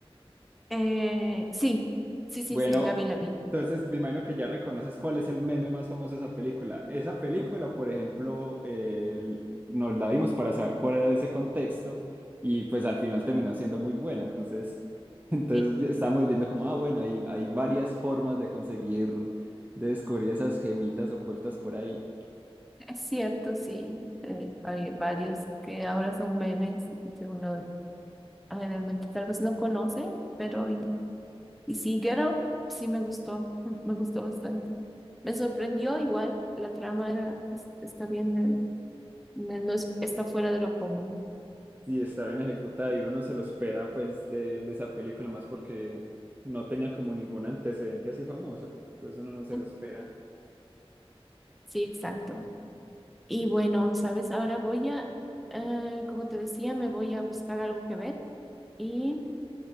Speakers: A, in the centre; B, on the right.
A: Eh, sí, sí, sí,
B: Bueno,
A: sí, la vi, la vi.
B: entonces me imagino que ya reconoces cuál es el meme más famoso de esa película. Esa película, por ejemplo, eh, nos la vimos para saber cuál era ese contexto y pues al final terminó siendo muy buena. Entonces, <laughs> entonces
A: Sí,
B: estábamos viendo como, ah, bueno, hay, hay varias formas de conseguir, de descubrir esas gemitas ocultas por ahí.
A: <laughs> es cierto, sí. Eh, hay varios que ahora son memes y que uno generalmente tal vez no conoce, pero Y sí, Get Out sí me gustó, mm, me gustó bastante. Me sorprendió igual, la trama era, es- está bien, eh, no no es- está fuera de lo común.
B: y está bien ejecutada y uno no se lo espera pues de, de esa película más porque no tenía como ningún antecedente así famoso, entonces uno no se
A: Mm,
B: lo espera
A: Sí, exacto. Y bueno, sabes, ahora voy a, eh, como te decía, me voy a buscar algo que ver y